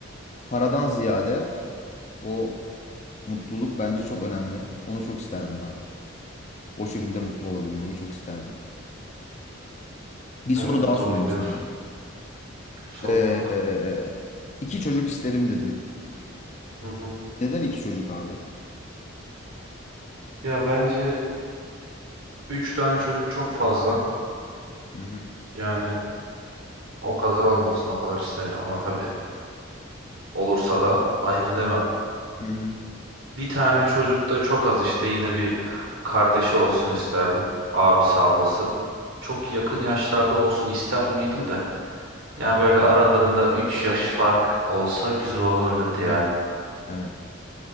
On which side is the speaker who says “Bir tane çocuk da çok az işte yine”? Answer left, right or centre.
Right